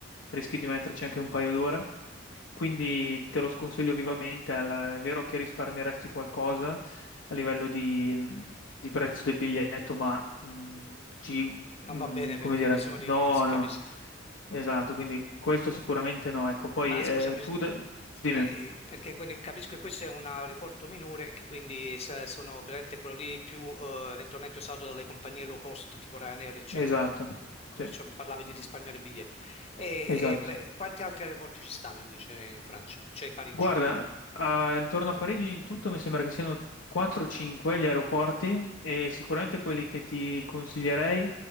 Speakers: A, on the left; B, on the left.
A: rischi di metterci anche un paio d'ore. Quindi te lo sconsiglio vivamente. al- È vero che risparmieresti qualcosa a livello di, mh, di prezzo del biglietto, ma mh, ci,
B: Non
A: mh,
B: va bene perché
A: come dire,
B: questi motivi
A: no,
B: qua, si
A: no,
B: capisco.
A: esatto. Quindi questo sicuramente no. Ecco, poi
B: Ma
A: eh,
B: scusami, eh,
A: tu, da-
B: scusami,
A: dimmi,
B: eh, perché quindi capisco che questo è un aeroporto minore, che quindi sa- sono veramente quello lì più eh, eventualmente usato dalle compagnie low cost tipo Ryanair, eccetera.
A: esatto,
B: Ecco,
A: sì,
B: Perciò parlavi di risparmiare il biglietto. E,
A: esatto.
B: e, beh, quanti altri aeroporti ci stanno invece in Francia? Cioè in Parigi?
A: Guarda, ah, intorno a Parigi in tutto mi sembra che siano 4-5 gli aeroporti e sicuramente quelli che ti consiglierei